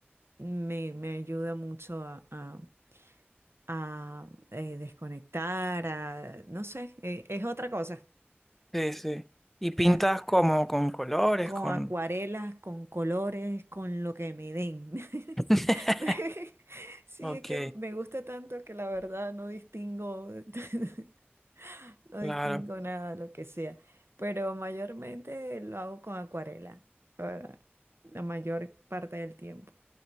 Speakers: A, on the right; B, in the centre.
A: me, me ayuda mucho a, a- a, eh, desconectar, a, no sé, eh, es otra cosa.
B: sí, sí. ¿Y pintas
A: La-
B: como con colores,
A: con
B: con...
A: acuarelas, con colores, con lo que me den.
B: <laughs>
A: <laughs> Sí,
B: Ok,
A: es que me gusta tanto que la verdad no distingo, <laughs> no
B: claro.
A: distingo nada, lo que sea. Pero mayormente lo hago con acuarela, para la mayor parte del tiempo.